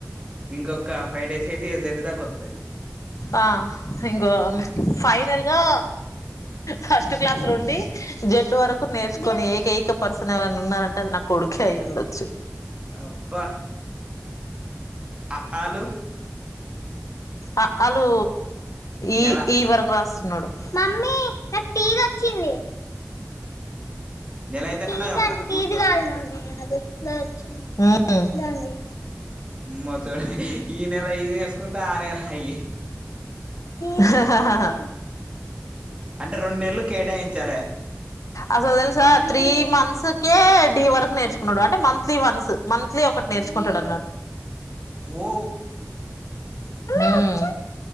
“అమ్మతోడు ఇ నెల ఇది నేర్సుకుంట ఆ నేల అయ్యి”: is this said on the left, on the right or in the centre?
Right